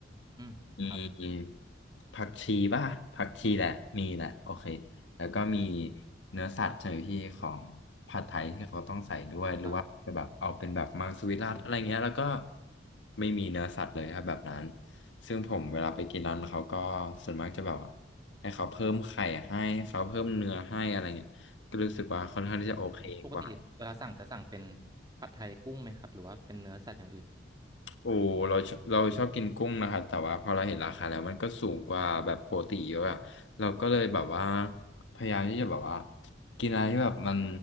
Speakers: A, on the right; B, on the left.
A: อืมครับ
B: มีผักชีป่ะผักชีแหละมีแหละโอเคแล้วก็มีเนื้อสัตว์ใช่ไหมพี่ของผัดไทยที่เขาต้องใส่ด้วยหรือว่าจะแบบเอาเป็นแบบมังสวิรัติอะไรเงี้ยแล้วก็
A: ครับ
B: ไม่มีเนื้อสัตว์เลยครับแบบนั้นซึ่งผมเวลาไปกินร้านเขาก็ส่วนมากจะแบบว่าให้เขาเพิ่มไข่ให้ให้เขาเพิ่มเนื้อให้อะไรเงี้ยก็รู้สึกว่าค่อนข้างที่จะโอเคกว่า
A: อืมปกติเวลาสั่งจะสั่งเป็นผัดไทยกุ้งไหมครับหรือว่าเป็นเนื้อสัตว์อย่างอื่น
B: โอ้เราชอบเราชอบกินกุ้งนะครับแต่ว่าพอเราเห็นราคาแล้วมันก็สูงกว่าแบบปกติเยอะอะเราก็เลยแบบว่าพยายามที่จะแบบว่ากินอะไรที่แบบมัน